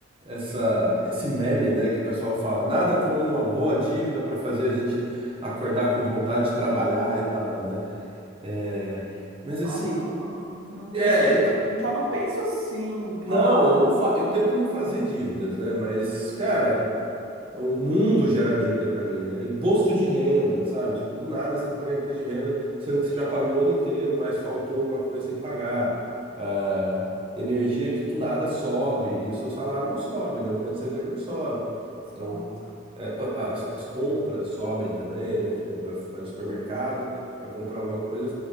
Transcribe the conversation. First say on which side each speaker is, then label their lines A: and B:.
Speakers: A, on the right (about 25°); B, on the right (about 80°).
A: essa esse meme, né, que o pessoal fala, nada como uma boa dívida para fazer a gente acordar com vontade de trabalhar e tal, né? É, mas assim,
B: Ah, não. Eu não
A: é,
B: penso, eu
A: então.
B: já não penso assim, cara.
A: Não, eu não fa... eu tento não fazer dívidas, né? Mas, cara, O mundo gera dívida pra mim, né? Imposto de renda, sabe? Tipo, do nada você tem que pagar imposto de renda, sendo que você já pagou o ano inteiro, mas faltou alguma coisa, você tem que pagar. Ah, energia que do nada sobe e o seu salário não sobe, né? O quanto você ganha não sobe.
B: Exato.
A: Então, é, a- as, as compras sobem também, né? Tipo, vai, vai no supermercado, vai comprar alguma coisa